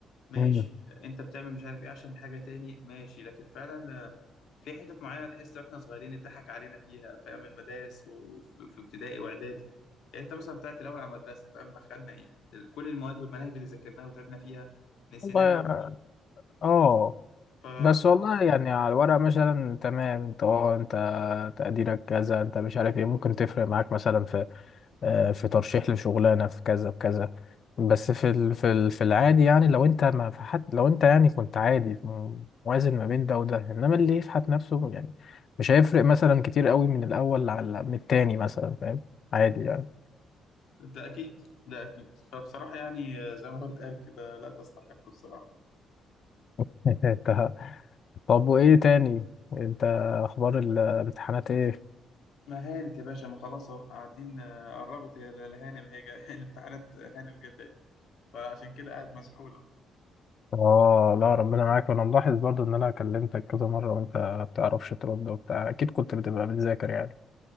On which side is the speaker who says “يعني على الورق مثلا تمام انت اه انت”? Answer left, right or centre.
Left